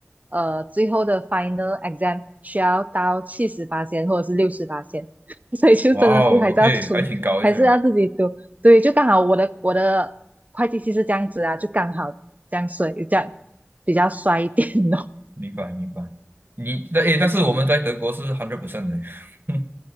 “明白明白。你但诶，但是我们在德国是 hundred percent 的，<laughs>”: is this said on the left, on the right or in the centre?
Right